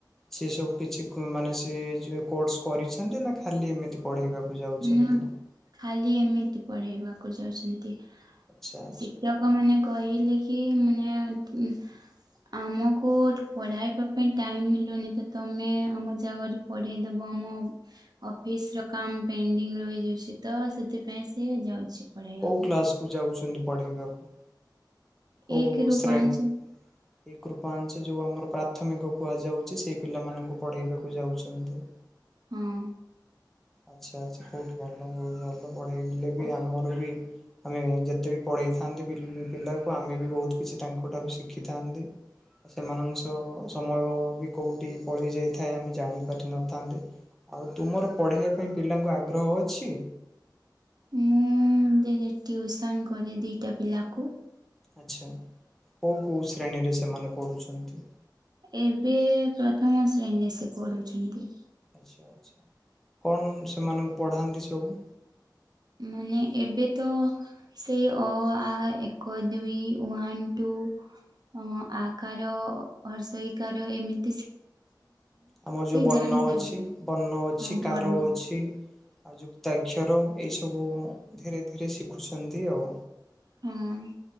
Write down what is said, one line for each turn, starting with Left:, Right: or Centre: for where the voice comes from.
Centre: ସି ସବୁ କିଛି ମାନେ ସ କୋର୍ସ କରିଛନ୍ତି ନା ଖାଲି ଏମିତି ପଢେଇବା? ଯାଉଛନ୍ତି।
Right: ନା ଖାଲି ଏମିତି ପଢେଇବାକୁ ଯାଉଛନ୍ତି।
Centre: ଆଚ୍ଛା ଆଚ୍ଛା
Right: ସେ ଲୋକମାନେ କହିଲେ କି ମାନେ ଆମକୁ ପଢାଇବା ପାଇଁ ଟାଇମ୍ ମିଳୁନି ତ ତମେ ଆମ ଜାଗାରେ ପଢେଇଦବ ଆମ ଅଫିସ୍ ର କାମ ପେଣ୍ଡିଙ୍ଗ ରହିଯାଉଛି ତ ସେଥିପାଇଁ ସିଏ ଯାଉଛି। ପଢାଇବା
Centre: କେଉଁ
Right: ପାଇଁ।
Centre: କ୍ଲାସ୍କୁ ଯାଉଛନ୍ତି ପଢ଼ିବାକୁ? କୋଉ
Right: ଏକ ରୁ
Centre: ଶ୍ରେଣୀ?
Right: ପାଞ୍ଚ
Centre: ଏଇ କୃପାଞ୍ଚ ଯୋଉ ଆମର ପ୍ରାଥମିକ କୁହାଯାଉଛି ସେଇ ପିଲାମାନଙ୍କୁ ପଢେଇବାକୁ ଯାଉଛନ୍ତି।
Right: ହଁ।
Centre: ଆଛା ଆଚ୍ଛା। ବୋହୁତ୍ ଭଲ, ବୋହୁତ୍ ଭଲ, ପଢେଇଲେ ବି ଆମର ବି ଆମେ ଯେତେ ବି ପଢେଇଥାନ୍ତି ପିଲାକୁ ଆମେ ବି ବୋହୁତ୍ କିଛି ତାଙ୍କ ଠାରୁ ଶିଖିଥାନ୍ତି। ସେମାନଙ୍କ ସହ ସମୟ ବି କୋଉଠି ପଳେଇ ଯାଇଥାଏ ଆମେ ଜାଣି ପାରିନଥାନ୍ତେ। ଆଉ ତୁମର ପଢେଇବା ପାଇଁ ପିଲାଙ୍କୁ ଆଗ୍ରହ ଅଛି?
Right: ମୁଁ ଦେ ରେ ଟ୍ୟୁସନ୍ କରେ ଦୁଇଟା ପିଲାକୁ।
Centre: ଆଛା କୋଉ କୋଉ ଶ୍ରେଣୀରେ ସେମାନେ ପଢୁଛନ୍ତି?
Right: ଏବେ ପ୍ରଥମ ଶ୍ରେଣୀରେ ସେ ପଢୁଛନ୍ତି।
Centre: ଆଚ୍ଛା ଆଛା କଣ ସେମାନଙ୍କୁ ପଢାନ୍ତି ସବୁ?
Right: ମାନେ ଏବେ ତ ସେଇ ଅ ଆ ଏକ ଦୁଇ ୱାନ୍ ଟୁ ଅ ଆକାର ହର୍ଷେଇକାର ଏମିତ
Centre: ଆମର ଯୋଉ ବଣ୍ଣ
Right: ଜାଣି ସାରିଲେ
Centre: ଅଛି ବଣ୍ଣ ଅଛି
Right: ହଁ ବର୍ଣ୍ଣ
Centre: କାର ଅଛି। ଆଉ ଯୁକ୍ତାକ୍ଷର ଏଇସବୁ ଧୀରେ ଧୀରେ ଶିଖୁଛନ୍ତି ଆଉ।
Right: ହଁ।